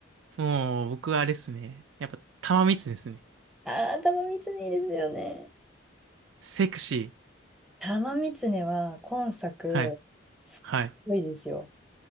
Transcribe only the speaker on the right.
もう、僕はあれですね。やっぱ、玉三つですね。
セクシー。
はい。
はい。